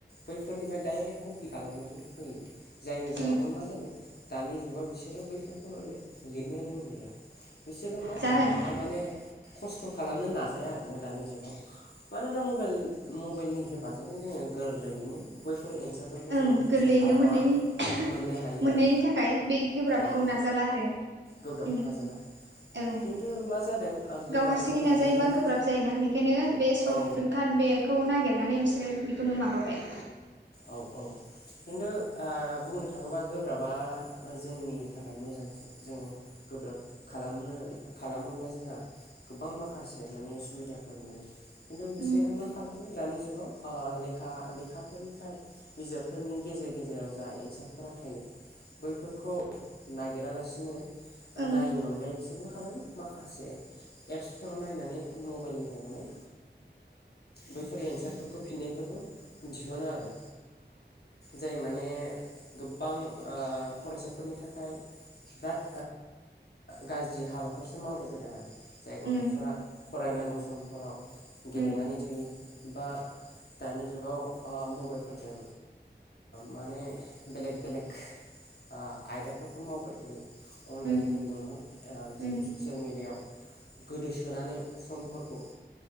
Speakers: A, on the left; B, on the right.
A: बैफोरनिफ्राय डाइरेक्ट कपि खालामनानै होयो। जायनि जाहोनाव
B: उम
A: मा जादों दानि जुगाव बिसोरो बैफोरखौ लिरनो रोंलिया। बिसोरो मा
B: जाहोन
A: माने खस्थ' खालामनो नाजाया आरोना दानि जुगाव। मानोना मबाइल मबाइलनि हेफाजाबजों जोङो गोरलैयैनो बैफोर एन्सार फोरखौ
B: ओं
A: जो खस्थ'
B: गोरलैयैनो
A: खालामा
B: मोननायनि
A: मोननो हायो
B: मोननायनि
A: आरो
B: थाखाय बे गोब्राबखौ
A: औ।
B: नाजाला आरो
A: ग्रोबाबखौ
B: उम
A: नाजाला
B: औ
A: खिन्थु मा जादों। आं गोब्राबखौ
B: गाव हारसिंयै
A: नाजानायनि
B: नाजायोबा गोब्राब जायोना बे बेखायनो बे सर्ट
A: औ
B: काट बेखौ नागिरनानै बिसोरो बेखौनो माबाबाय।
A: औ औ। खिन्थु बुंनो थाङोबा गोब्राबा जोंनि थाखाय मोजांसो। जोङो गोब्राब खालामनो खालामोब्ला जोंहा। गोबां माखासे माने सुबिदाफोर मोनो। खिन्थु बिसोरो
B: उम
A: मा खालामो दानि जुगाव लेखा लेखाफोरनि। बिजाबफोरनि गेजेर गेजेराव जा एन्सारफोरा थायो। बैफोरखौ नागिरालासिनो नायैनायनि
B: ओं
A: अनगायै बिसोर। बे मा खालामो माखासे एप्सफोराव नायनानै मबाइलनिफ्राय माने बैफोर एन्सारफोरखौ फिन्नायफोरखौ दिहुनो आरो। जाय माने गोबां फरायसाफोरनि थाखाय। बिराद गाज्रि हाबाफोरसो मावनाय जादों आरो। जाय गथ'फोरा
B: उम
A: फरायनांगौ समफोराव गेलेनानै
B: उम
A: थायो बा। दानि जुगाव मबाइल फोर। जों माने बेलेक बेलेक। आयदाफोरखौ मावबाय थायो अनलाइन
B: उम उम
A: गेमल' नङा। जिहेथु
B: उम
A: ससियेल मेडियाआव गोदोसोनानै समफोरखौ।